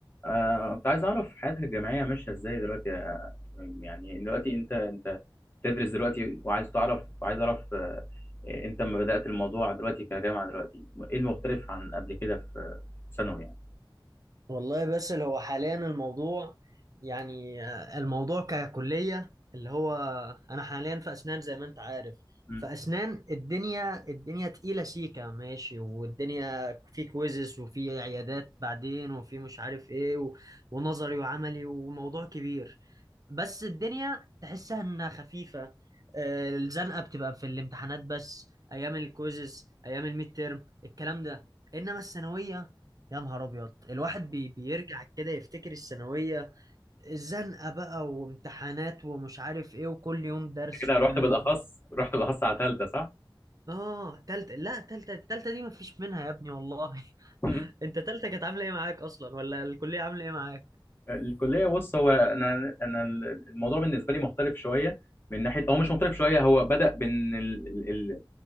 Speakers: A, on the left; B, on the right.
A: آه، كنت عايز أعرف حياتك الجامعية ماشية إزاي دلوقتي يا إبراهيم؟ يعني دلوقتي أنت أنت بتدرس دلوقتي وعايز تعرف عايز أعرف آه، آه، أنت لما بدأت الموضوع دلوقتي كجامعة دلوقتي إيه المختلف عن قبل كده في في ثانوي يعني؟
B: والله بس اللي هو حاليا الموضوع يعني آه، الموضوع ككلية اللي هو أنا حاليا في أسنان زي ما أنت عارف
A: مم.
B: في أسنان الدنيا الدنيا تقيلة سيكة ماشي والدنيا في كويزز وفي عيادات بعدين وفي مش عارف إيه و... ونظري وعملي وموضوع كبير بس الدنيا تحسها انها خفيفة آه، الزنقة بتبقى في الامتحانات بس ايام الكويزز ايام الميد تيرم الكلام ده انما الثانوية يا نهار ابيض الواحد بي بيرجع كده يفتكر الثانوية الزنقة بقى وامتحانات ومش عارف ايه وكل يوم درس
A: أنت كده
B: وكل
A: رحت بالأخص
B: يوم
A: رحت بالأخص على تالتة صح؟
B: اه تالتة لا تالتة التالتة دي مفيش منها يا ابني والله <laughs>
A: مم.
B: انت تالتة كانت عاملة ايه معاك اصلا ولا الكلية عاملة ايه معاك
A: الكلية بص هو أنا أنا الموضوع بالنسبة لي مختلف شوية من ناحية هو مش مختلف شوية هو بدأ بإن ال- ال- ال-